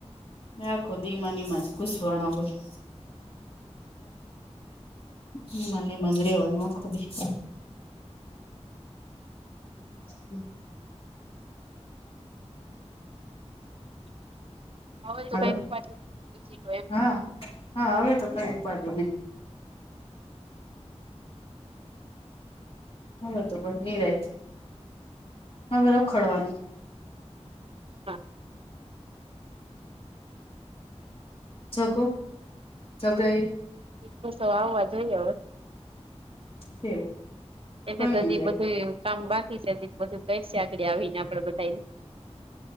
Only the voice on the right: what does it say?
<unintelligible> હ તો
કઈ પન.
હા.
નાર સ આવવા જોઈએવે.
એમને
તો હજીય
બધુંય કામ બાકી છે હજી તો પાછું <unintelligible> છે આગળ આવીને આપડે બધાયને.